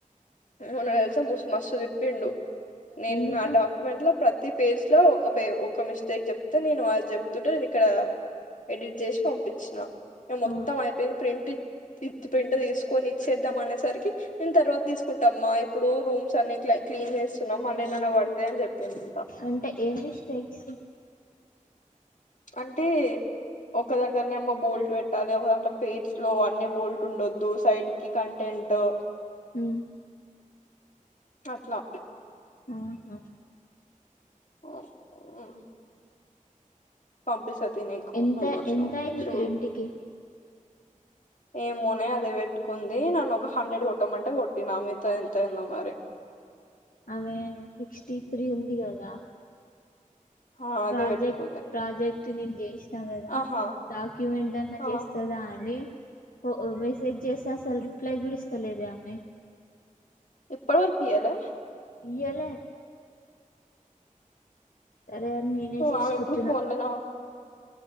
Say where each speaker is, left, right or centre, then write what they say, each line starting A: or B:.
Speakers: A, on the left; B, on the left.
A: మొన్న తెలుసా ముసు మస్ తిప్పిండు నేను
B: ఎందుకు
A: నా డాక్యుమెంట్ లో ప్ర తి పేజ్ లో ఒక పే ఒక మిస్టేక్ చెప్తే నేను వాళ్ళు చెప్తుంటే నేను ఇక్కడ ఎడిట్ చేసి పంపించిన ఇక మొత్తం
B: ఆ
A: అయిపోయింది ప్రింట్ ఇత్ తి పెంట తీసుకొని ఇచ్చేద్దాం అనేసరికి నేను తర్వాత తీసుకు కుంటామ్మా ఇప్పుడు రూమ్స్ అన్నిట్లయ్ క్లీన్ చేస్తున్నాం మళ్ళీ ఏన్నన పడతయ్ అని చెప్పిందంట
B: అంటే ఏం మిస్టేక్స్
A: అంటే ఒక దగ్గరనేమో బోల్ట్ పెట్టాలి ఒక దాంట్ల పేజ్ స్లో అన్ని బోల్ట్ ఉండొద్దు సైడ్ కి కంటే టెంటో
B: ఉమ్
A: అట్లా
B: ఆహా
A: ఒ ఊ పంపిస్తా తియ్ నీకు
B: ఎంత
A: చూడచ్చు
B: ఎంత అయింది
A: చూడు
B: ప్రింట్కి
A: ఏమోనే అది పెట్టుకుంది నన్ను ఒక హండ్రెడ్ కొట్టమంటే కొట్టినా మీతో ఎంతైందో మరి <inaudible>
B: ఆమె సిక్స్టీ త్రీ ఉంది కదా
A: ఆ అదే
B: ప్రాజెక్ట్
A: పెట్టుకుంది
B: ప్రాజెక్ట్ నేను చేసినా కదా
A: ఆహా
B: డాక్యుమెంట్ అన్నా
A: ఆ
B: చేస్తదా అని ని ఒ మెసేజ్ చేస్తే అసలు రిప్లై గుడ ఇస్తలేదే ఆమె
A: ఇప్పుడి వరకు ఇయలే
B: ఇయలే సరే అని నేనే చేసుకుంటున్నా
A: ఆమె ఎప్పుడు ఫోన్ లోనే ఉం-